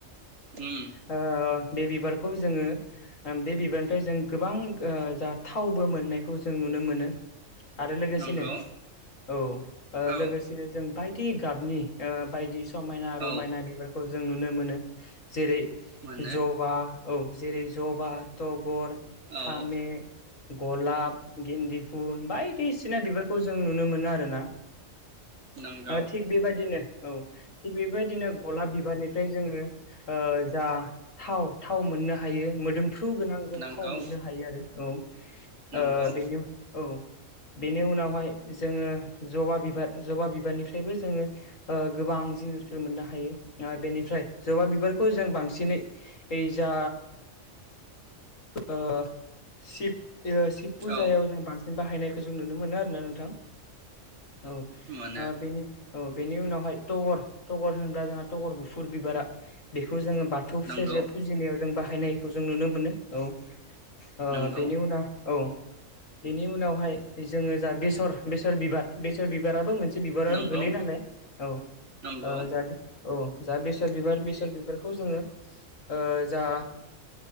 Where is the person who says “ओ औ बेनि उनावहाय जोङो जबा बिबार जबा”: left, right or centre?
Left